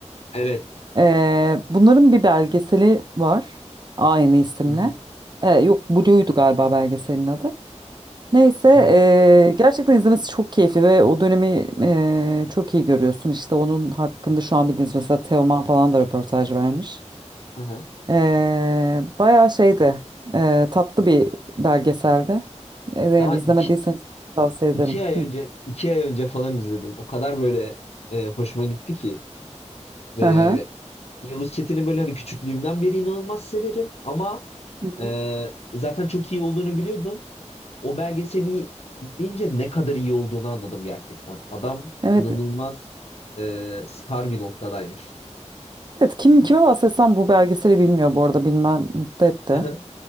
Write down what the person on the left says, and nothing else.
Evet.
Hı hı.
Hı hı.
Hı hı.
Daha
iki,
iki ay
önce iki ay önce falan izledim. O kadar böyle e, hoşuma gitti ki ve
Yavuz Çetin'i böyle hani küçüklüğümden beri inanılmaz severim ama
e, zaten çok iyi olduğunu biliyordum. O belgeseli izleyince ne kadar iyi olduğunu anladım gerçekten. Adam
inanılmaz e, star bir noktadaymış.
Hı hı.